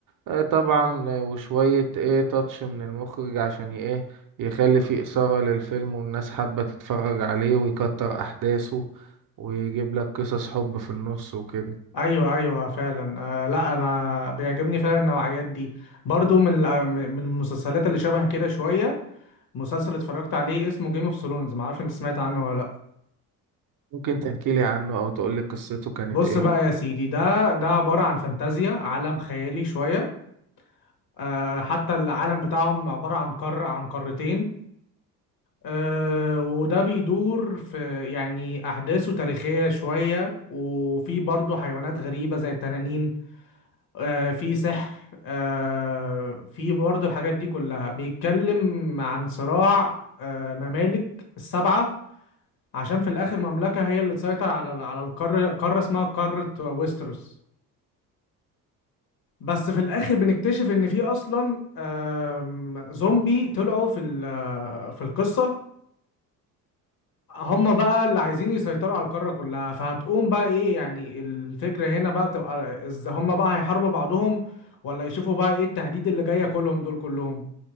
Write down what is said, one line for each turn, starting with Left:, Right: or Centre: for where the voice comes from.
Right: آه، طبعا آه، وشوية ايه تاتش من المخرج عشان ي- ايه يخلي فيه إثارة للفيلم والناس حابة تتفرج عليه ويكتر أحداثه ويجيب لك قصص حب في النص وكده
Left: ايوه ايوه فعلا آه لا انا بيعجبني فعلا النوعيات دي برضو من ال- آه، من من المسلسلات اللي شبه كده شويه مسلسل اتفرجت عليه اسمه جيم اوف ثرونز معرفش انت سمعت عنه ولا لا
Right: ممكن تحكيلي عنه أو تقولي قصته كانت
Left: بص
Right: ايه
Left: بقى يا سيدي ده ده عباره عن فانتازيا عالم خيالي شويه آه، حتى العالم بتاعهم عبارة عن قارة عن قارتين آه، وده بيدور في يعني أحداثه تاريخية شوية وفي برضه حيوانات غريبة زي التنانين آه، في سحر آه، في برضه الحاجات دي كلها بيتكلم عن صراع آه، ممالك السبعة عشان في الآخر مملكة هي اللي تسيطر على على القارة قارة اسمها قارة ويستروس بس في الاخر بنكتشف ان في اصلا آم، زومبي طلعوا في ال- في القصه هم بقى اللي عايزين يسيطروا على القاره كلها فهتقوم بقى ايه يعني الفكره هنا بقى بتبقى إز- هم بقى هيحاربوا بعضهم ولا يشوفوا بقى ايه التهديد اللي جايه كلهم دول كلهم